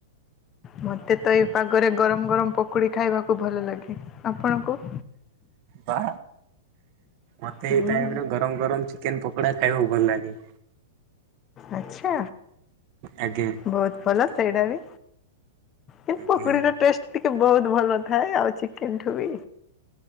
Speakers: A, on the left; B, on the right.
A: ମତେ ତ ଏଇ ପାଗରେ ଗରମ ଗରମ ପକୁଡ଼ି ଖାଇବାକୁ ଭଲ ଲାଗେ। ଆପଣଙ୍କୁ?
B: ପା ମତେ
A: ହୁଁ
B: ଏଇ ଟାଇମରେ ଗରମ ଗରମ ଚିକେନ୍ ପକୋଡ଼ା ଖାଇବାକୁ ଭଲ ଲାଗେ।
A: ଆଛା,
B: ଆଜ୍ଞା।
A: ବହୁତ ଭଲ ସେଇଟା ବି। କିନ୍ତୁ
B: ଆଜ୍ଞା।
A: ପକୁଡିର ଟେଷ୍ଟ ଟିକେ ବହୁତ ଭଲ ଥାଏ ଆଉ ଚିକେନଠୁ ବି।